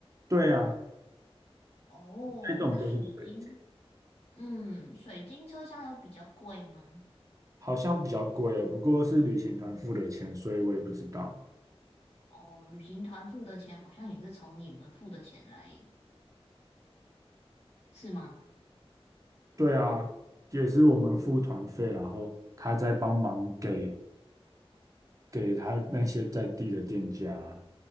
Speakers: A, on the right (about 30°); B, on the left (about 85°).
A: 对啊，
B: 哦，
A: 那种就是水晶，
B: 那水晶，嗯，水晶车厢有比较贵吗？
A: 好像比较贵耶，不过是旅行团付的钱，所以我也不知道。
B: 哦，旅行团付的钱好像也是从你们付的钱来，是吗？
A: 对啊，也是我们付团费，然后他再帮忙给。给他那些在地的店家。